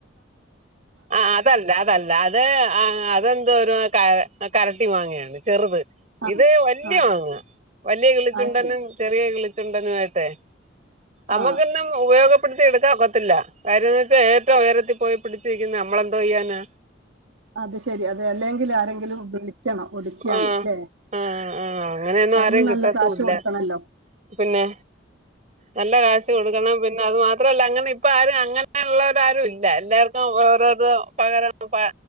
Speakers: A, on the right; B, on the right.
A: ആഹ് ആ അതല്ല അതല്ല അത് അതെന്തോരു ക കരട്ടി മാങ്ങേണ് ചെറുത്.
B: ആ.
A: ഇത് വല്ല്യ
B: ആ.
A: മാങ്ങ വലിയ കിളിച്ചുണ്ടനും
B: അത് ശരി.
A: ചെറിയ കിളി ണ്ടനുമായിട്ട് നമുക്കിന്ന്
B: ആ.
A: ഉപയോഗ ടുത്തി എടുക്കാൻ കൊത്തില്ല കാര്യംന്ന ബുട്ടി എടുക്കാക്കത്തില്ല കാര്യന്തച്ചാ ഏറ്റവും ഉയരത്തി പോയി പിടിച്ചിരിക്കുന്ന നമ്മളെന്തോ ചെയ്യാാന
B: അത് ശെരി അതെ അല്ലെങ്കിൽ ആരെങ്കിലും വിളിക്കണം ഒടിക്കാൻ
A: ആഹ്
B: ല്ലേ
A: ആഹ് ആഹ് അങ്ങനെയൊന്നും
B: അതിന്
A: ആരെയും
B: നല്ല
A: കിട്ടത്തൂല്ല
B: കാശ് കൊടുക്കണല്ലോ
A: പിന്നെ നല്ല കാശ് കൊടുക്കണം പിന്നെ അത് മാ ത്രല്ല അങ്ങനെ ഇപ്പ ആരും അങ്ങനെയുള്ളോരാരുല്ല എല്ലാർ വേറരു പകരം പ